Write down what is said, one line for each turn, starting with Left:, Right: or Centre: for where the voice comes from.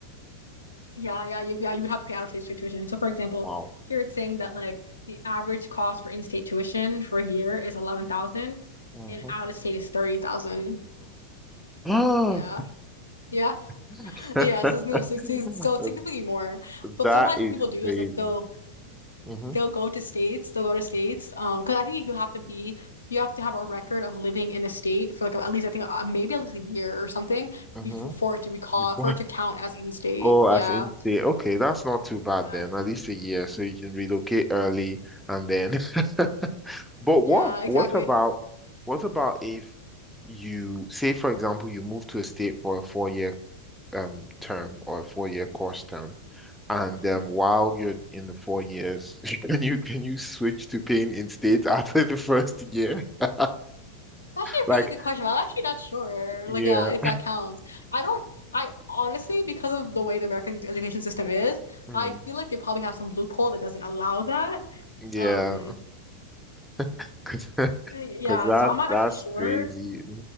Left: Yeah, yeah, you, yeah. You would have to pay out of state tuition. So, for example,
Centre: Wow.
Left: here it's saying that like the average cost for in-state tuition for here is eleven thousand,
Centre: hmm
Left: and out of state is thirty thousand.
Centre: <gasps> oh.
Left: Yeah, yeah,
Centre: <laughs>
Left: yeah. So it's new. So, so, so it's significantly more. But
Centre: That
Left: sometimes
Centre: is
Left: what people do
Centre: crazy.
Left: is like they'll
Centre: Mm-hmm.
Left: they'll go to states. They'll go to states. Um, because I think you have to be you have to have a record of living in a state for like at least I think uh, maybe at least a year or something
Centre: Mm-hmm.
Left: before for it to be called
Centre: <laughs> Before
Left: for it to count as in-state.
Centre: Oh,
Left: Yeah,
Centre: as in state. Okay, that's not too bad
Left: yeah,
Centre: then. At least a year, so you can relocate early and then <laughs> But what
Left: yeah. Exactly.
Centre: what about what about if you say, for example, you move to a state for a four-year um term or a four-year course term, and
Left: Mhm.
Centre: um, while you're in the four years, <laughs> can you can you switch to paying in state <laughs> after the first year? <laughs>
Left: That's actually
Centre: Like,
Left: a really good question. I'm actually not sure.
Centre: yeah,
Left: Like, yeah, if that counts. I don't, I honestly, because of the way the American education system is,
Centre: mm,
Left: I feel like they probably have some loophole that doesn't allow that.
Centre: yeah,
Left: Um,
Centre: <laughs> because
Left: yeah,
Centre: that's
Left: so I'm not
Centre: that's
Left: actually sure.
Centre: crazy.